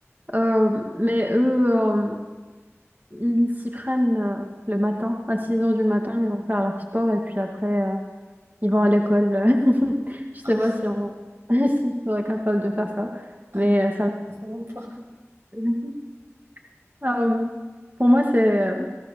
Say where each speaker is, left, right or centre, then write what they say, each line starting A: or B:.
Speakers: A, on the right (about 35°); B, on the right (about 55°).
A: Euh, mais eux, euh, ils s'y prennent euh, le matin. À 6 heures du matin, ils vont faire leur sport et puis après, euh, ils vont à l'école. <laughs> Je sais
B: <laughs>
A: pas si on <laughs> si on est capable de faire ça.
B: Ah
A: Mais
B: non,
A: euh, ça me...
B: <laughs> vraiment pas.
A: <laughs> Euh, pour moi, c'est... euh,